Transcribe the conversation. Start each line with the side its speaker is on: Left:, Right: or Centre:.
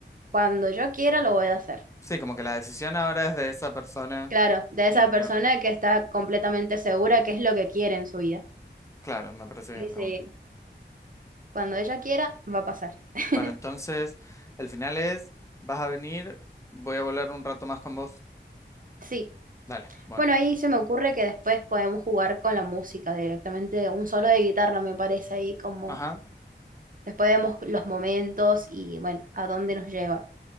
Right: cuando yo quiera lo voy a hacer.
Left: Sí, como que la decisión ahora es de esa persona
Right: Claro, de esa
Left: y no.
Right: persona que está completamente segura que es lo que quiere en su vida.
Left: Claro, me parece bien
Right: Sí,
Left: la
Right: sí.
Left: una.
Right: Cuando ella quiera, va a pasar. <laughs>
Left: Bueno, entonces, el final es, vas a venir, voy a volar un rato más con vos.
Right: Sí.
Left: Dale, bueno.
Right: Bueno, ahí se me ocurre que después podemos jugar con la música directamente, un solo de guitarra me parece ahí como
Left: Ajá.
Right: después vemos los momentos y bueno, a dónde nos lleva.